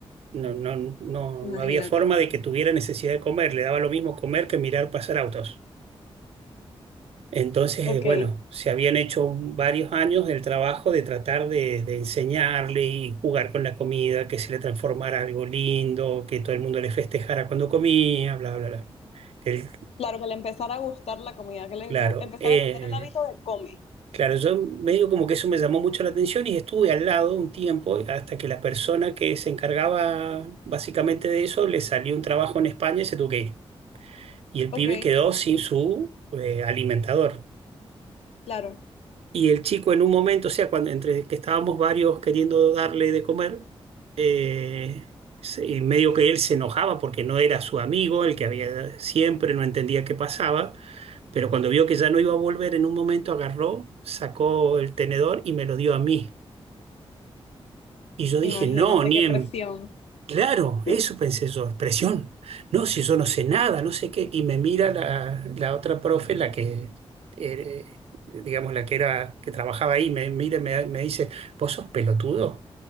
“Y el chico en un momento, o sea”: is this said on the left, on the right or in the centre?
Right